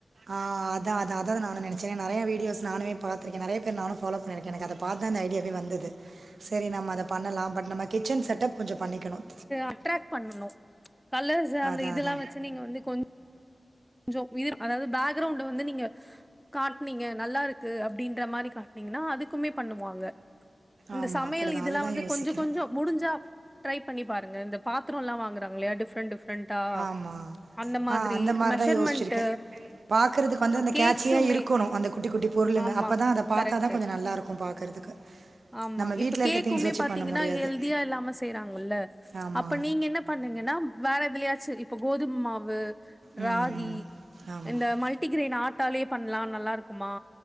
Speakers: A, on the right; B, in the centre.
A: ஆ அதான் அதான் அத்தா நானும் நெனச்சேன் நிறைய வீடியோஸ் நானும்மே பார்த்திருக்கேன் நிறைய பேர் நானும் பாலோ பண்ணிருக்கேன் எனக்கு அதை பார்த்தாலே அந்த ஐடியாவே வந்தது சேரி நம்ம அத பண்ணலாம் பட் நம்ம கிச்சன் செட் அப் கொஞ்சம் பண்ணிக்கணும்
B: அட்ராக் பண்ணணும் கலர்ஸ் அந்த
A: அதா
B: இதெல்லாம்
A: அதா
B: வச்சு நீங்க வந்து கொஞ் கொஞ்சம் இது அதாவது பேக்ரவுண்ட வந்து நீங்க காட்டினீங்க நல்லா இருக்கு அப்படின்ற மாதிரி காட்டுனீங்கன்னா அதுக்குமே பண்ணுவாங்க இந்த
A: ஆமா
B: சமையல்
A: அப்டிதா
B: இதெல்லாம்
A: அதுதா
B: வந்து
A: யோசிக்கிறே
B: கொஞ்ச கொஞ்ச முடிஞ்சா ட்ரை பண்ணி பாருங்க இந்த பாத்திரம் எல்லாம் வாங்கறாங்களே டிப்ரெண்ட டிப்ர டிப்ரெண்டாஅந்த
A: ஆமா
B: மாதிரி
A: ஆ அந்த மாரிதா
B: மெசர்மென்ட்
A: யோசிச்சிருக்கே பாக்குறதுக்கு வந்து அந்த
B: கேக்ஸ்ஸூமே
A: கேட்சியா இருக்கணு அந்த குட்டி குட்டி பொருளுங்க
B: ஆமா
A: அப்பதா அத பாத்தாதா
B: கரெக்டு
A: கொஞ்சோ நல்லாருக்கு பாக்குறதுக்கு
B: ஆமா
A: நம்ம வீட்ல
B: இப்ப
A: இருக்க
B: கேக்‌குமே
A: திங்ஸ் வச்சு
B: பாத்தீங்கனா
A: பண்ண முடியாது
B: ஹெல்தியா‌ இல்லாம செய்யராங்கல்லே
A: ஆமா
B: அப்ப‌ நீங்க என்ன பண்ணணும்னா வேற எதுலயாச்சு இப்போ கோதுமை மாவு
A: ம்
B: ராகி
A: ம் ஆமா
B: இந்த மல்டிகிரென் ஆட்டாலயே பண்ணலாம் நல்லா இருக்குமா